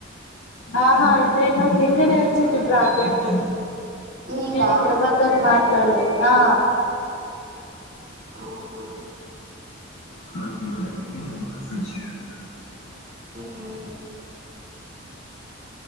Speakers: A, on the left (about 80°); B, on the right (about 50°).
A: ఆహా అదే నా నిన్ననే వచ్చింది ప్రాజెక్ట్
B: మీకా
A: నేను ఇంకెవరితోటి మాట్లాడ్లే ఆ
B: అవ్నా?
A: బ
B: ఉమ్